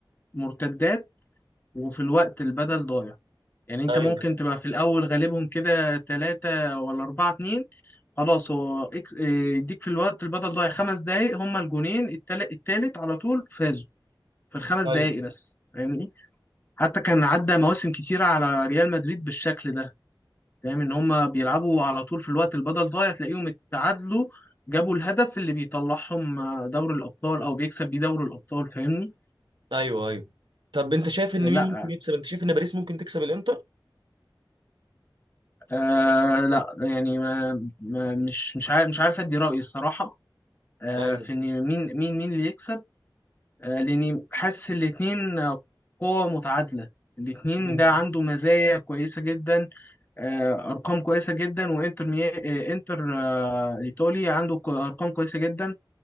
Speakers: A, on the left; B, on the right.
A: مرتدات وفي الوقت البدل ضايع يعني انت
B: ايوه
A: ممكن تبقى في الاول غالبهم كده ثلاثة ولا أربعة اتنين خلاص هو إكس- إيه، يديك في الوقت البدل ضايع خمس دقايق هم الجونين التالت, التالت على طول فازوا في الخمس
B: ايوه
A: دقايق بس فاهمني حتى كان عدى مواسم كتيرة على ريال مدريد بالشكل ده فاهم ان هم بيلعبوا على طول في الوقت البدل ضايع تلاقيهم اتعادلوا جابوا الهدف اللي بيطلعهم آه، دوري الابطال او بيكسب بيه دوري الابطال فاهمني
B: ايوه ايوه طب انت شايف ان
A: لا
B: مين ممكن يكسب انت شايف ان باريس ممكن تكسب الانتر
A: آه لا يعني ما ما مش مش عارف مش عارف ادي رايي الصراحه آه
B: ايوه
A: في ان مين مين مين اللي يكسب آه لاني حاسس الاثنين قوة متعادله الاثنين
B: مم.
A: ده عنده مزايا كويسه جدا آه ارقام كويسه جدا وانتر مي... آه انتر آه الايطالي عنده ك- ارقام كويسه جدا